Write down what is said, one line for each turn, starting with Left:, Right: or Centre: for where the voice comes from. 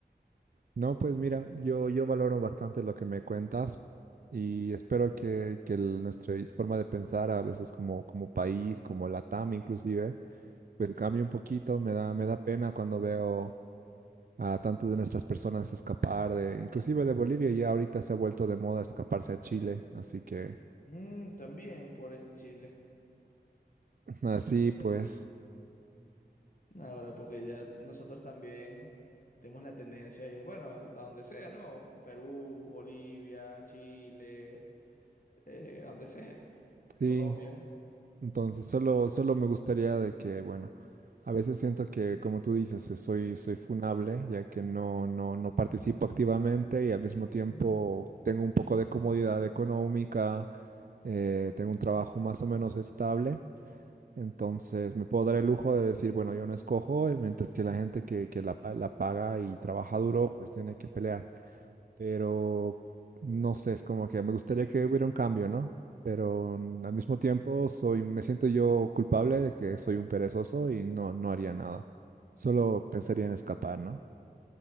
Right: No, pues mira, yo, yo valoro bastante lo que me cuentas y espero que, que el- nuestra forma de pensar a veces como, como país, como Latam inclusive, pues cambie un poquito. Me da, me da pena cuando veo a tantas de nuestras personas escapar de, inclusive de Bolivia, ya ahorita se ha vuelto de moda escaparse a Chile. Así que,
Left: mm, también por el Chile.
Right: <laughs> así
Left: O sea,
Right: pues,
Left: nos- ahora, porque ya nosotros también tenemos la tendencia, de, bueno, a donde sea, ¿no? Perú, Bolivia, Chile, eh, a donde sea.
Right: sí.
Left: Colombia.
Right: Entonces, solo, solo me gustaría de que, bueno, a veces siento que, como tú dices, eh, soy, soy funable, ya que no, no, no participo activamente y al mismo tiempo
Left: Sí,
Right: tengo un poco de comodidad económica, eh,
Left: sí,
Right: tengo un trabajo más o menos estable. Entonces, me puedo dar el lujo de decir, bueno, yo no escojo, mientras que la gente que, que la, pa- la paga y trabaja duro, pues tiene que pelear pero no sé, es como que me gustaría que hubiera un cambio, ¿no? Pero mm, al mismo tiempo soy, me siento yo culpable de que soy un perezoso y no, no haría nada. Solo pensaría en escapar, ¿no?